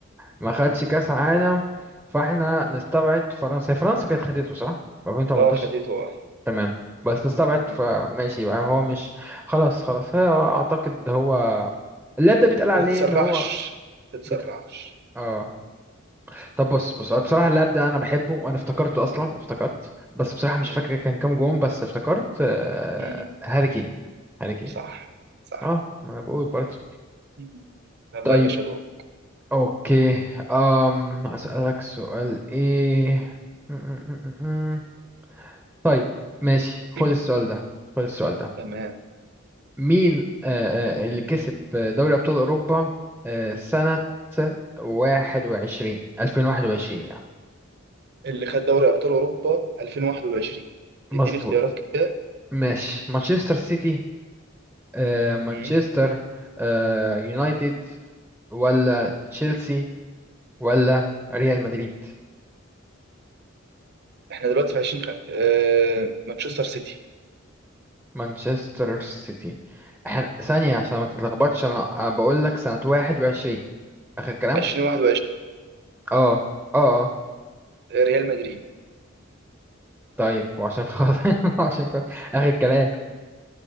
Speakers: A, in the centre; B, on the right (about 55°).
A: ما خدش كاس عالم فاحنا نستبعد فرنسا هي فرنسا كانت خدته صح 2018
B: اه خدته اه
A: تمام بس نستبعد
B: مم.
A: فماشي يبقى هو مش خلاص خلاص هي اعتقد هو اللاعب ده بيتقال عليه
B: ما تتسرعش
A: ان هو
B: ما تتسرعش
A: بت... اه طب بص بص أنا بصراحة اللاعب ده انا بحبه وانا افتكرته اصلا افتكرت بس بصراحة مش
B: مم.
A: فاكر كان كام جون بس افتكرت آه،
B: مم.
A: هاري كين هاري كين
B: صح صح
A: اه ما انا بقول برضه
B: مم. يلا
A: طيب.
B: يا باشا دور
A: اوكي أم اسالك سؤال ايه م- م- م- م- م. طيب ماشي خد
B: <clears throat>
A: السؤال ده خد السؤال ده
B: تمام
A: مين آه، آه، اللي كسب eh, دوري ابطال اوروبا آه، سنة 21 2021 يعني
B: اللي خد دوري ابطال اوروبا 2021
A: مظبوط
B: اديني اختيارات كده
A: ماشي مانشستر سيتي آه، مانشستر
B: مم.
A: آه، يونايتد ولا تشيلسي ولا ريال مدريد
B: احنا دلوقتي في 20 خ... آه... مانشستر سيتي
A: مانشستر سيتي احنا ثانية عشان ما تتلخبطش انا أنا بقول لك سنة واحد وعشرين اخر كلام
B: 2021
A: اه اه اه
B: ريال مدريد
A: طيب وعشان خاطر <laughs> وعشان خاطر اخر كلام